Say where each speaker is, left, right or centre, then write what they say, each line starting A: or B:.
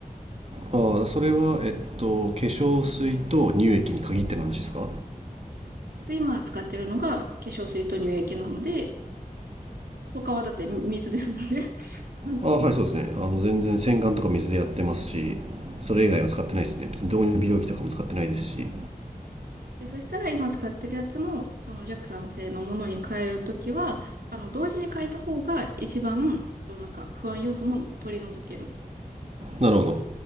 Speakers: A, on the right; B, on the right.
A: ああ、それは、
B: こと。
A: えっと、化粧水と乳液に限っての話ですか
B: えっと、今使ってるのが化粧水と乳液なので、他はだって水ですもんね。<laughs>
A: ああ、はい、そうですね。あの、全然洗顔とか水でやってますし、それ以外は使ってないですね。
B: うん。
A: 別に導入美容液とかも使ってないですし。
B: で、そしたら今使ってるやつも、その弱酸性のものに変えるときは、あの、同時に変えた方が一番、そのなんか不安要素も取り除ける。
A: なるほど。